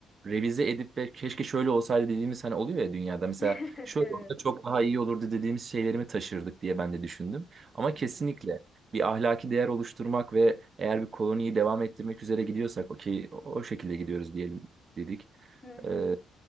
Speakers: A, on the right; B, on the left.
A: revize edip ve keşke şöyle olsaydı dediğimiz hani oluyor ya dünyada. Mesela
B: <laughs>
A: şöyle
B: Evet.
A: olsa çok daha iyi olurdu dediğimiz şeylerimi taşırdık diye ben de düşündüm. Ama
B: Evet.
A: kesinlikle bir ahlaki değer oluşturmak ve eğer bir koloniyi devam ettirmek üzere gidiyorsak okey o o şekilde gidiyoruz diyelim dedik.
B: Hı hı.
A: E,